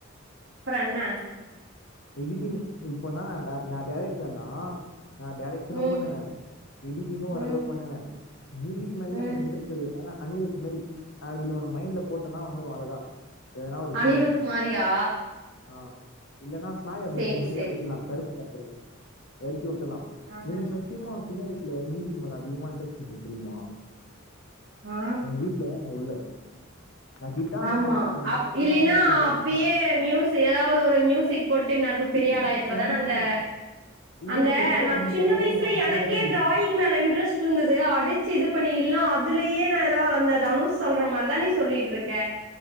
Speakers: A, on the right (about 55°); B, on the left (about 65°).
A: அப்புற என்ன
B: எடிட்டிங் இப்பனா நா நா டைரக்டர்னா நான் டைரக்ஷனோ
A: ம்
B: பண்ணுவே எடிட்டிங்கு ஓரளவு
A: ம்
B: பண்ணுவ மியூசிக் மேலேயு
A: ம்
B: எனக்கு இன்டரெஸ்ட் இருக்கற்னால அனிரூத் மாரி அப்டி ஒன்னு மைண்ட்ல போட்டேனா வந்துரு அழகா எதனா ஒரு
A: அனிருத்
B: டியூன
A: மாரியா
B: ஆஹ் இல்லன்னா சாய் அப்யங்கர்
A: சேரி
B: மாரி
A: சேரி
B: எறக்கில்லா கருப்பு படத்துல எறக்கிவுட் லாம்
A: ஆஹ
B: எனக்கு சத்தியமா சின்ன வயசுல மியூசிக் மேல அதிகமா இன்ட்ரெஸ்ட்ருந்தது தெரியுமா
A: ஆ
B: எங்க வீட்ல என்ன உள்ள நான் கிட்டார்லாம்
A: ஆமா
B: அந்த
A: அப்
B: கிட்டார்லாம்
A: இல்லின்னா
B: பார்க்கும்போது
A: அப்யே மியூசி ஏதாவது ஒரு மியூசிக் போட்டு இன்னேரேப்ப
B: கண்டிப்பா
A: பெரிய ஆளா இருப்பதான
B: கண்டிப்பா
A: அந்த
B: ஐயோ
A: அந்த
B: இந்த சாய்
A: நா
B: அப்படிங்கிறலாம்
A: சின்ன வயசுல
B: நான்
A: எனக்கே
B: வர வேண்டியது
A: டிராயிங் மேல இன்ட்ரெஸ்ட் இருந்தது அடிச் சி இது பண்ணில்லா அதுலயே நா ஏதாவது அந்த தனுஷ் சொல்ற மார்தா நீ சொல்லிட்டுருக்க